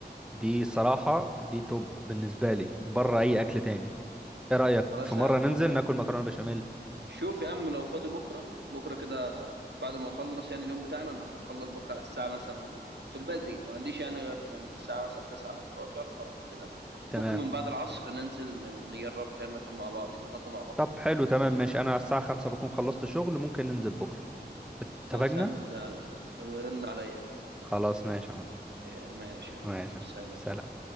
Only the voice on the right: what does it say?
خلاص
يا عم
شوف يا عم لو فاضي بكرة بكرة كده بعد ما نخلص يعني اليوم بتاعنا أنا أخلص بكرة على الساعة مثلا في البدري ما عنديش يعني غير من الساعة مثلا 9 ل 11 أو كده
ممكن من بعد العصر ننزل نجرب كده ناكل مع بعض يعني نتغدى مع بعض
بكرة
خلاص يا عم بقى ورن عليا كده
إيه، ماشي يا عم
يلا سلام